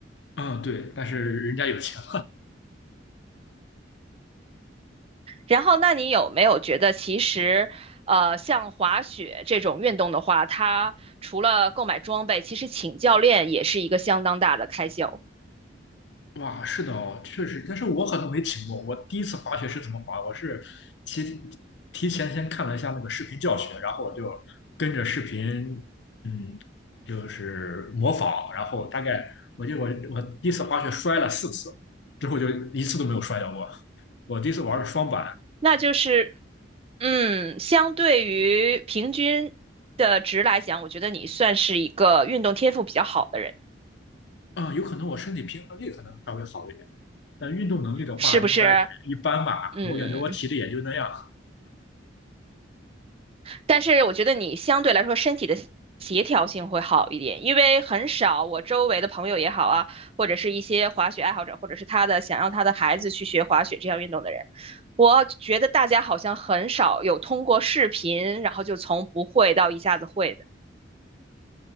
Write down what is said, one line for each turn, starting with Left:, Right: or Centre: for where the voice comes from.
Left: 嗯，对，但是人家有钱
Right: 然后，那你有没有觉得，其实，呃，像滑雪这种运动的话，它除了购买装备，其实请教练也是一个相当大的开销。
Left: 了。哇，是的哦，确实，但是我可能没体验过。我第一次滑雪是怎么滑？我是提提前先看了一下那个视频教学，然后我就跟着视频，嗯，就是模仿，然后大概我记得我我第一次滑雪摔了四次，之后就一次都没有摔跤过。我第一次玩的双板，
Right: 那就是，嗯，相对于平均的值来讲，我觉得你算是一个运动天赋比较好的人，
Left: 啊，有可能我身体平衡力可能稍微好一点，但运动能力的话应该也一般吧。
Right: 是不是？嗯。
Left: 我感觉我体力也就那样。
Right: 但是我觉得你相对来说身体的协调性会好一点，因为很少我周围的朋友也好啊，或者是一些滑雪爱好者，或者是他的想让他的孩子去学滑雪这项运动的人，我觉得大家好像很少有通过视频，然后就从不会到一下子会的。